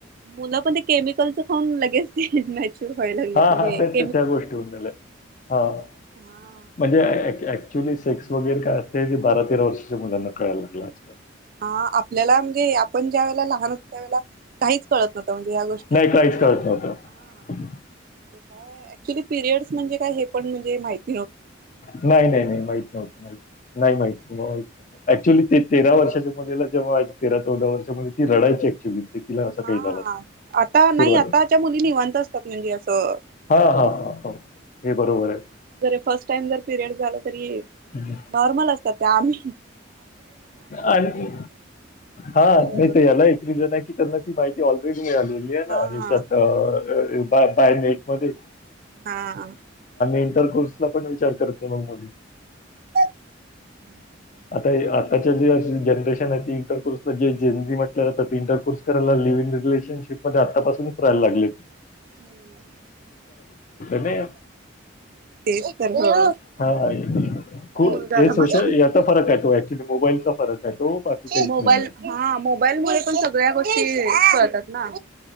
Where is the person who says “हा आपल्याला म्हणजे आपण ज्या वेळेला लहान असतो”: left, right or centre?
Right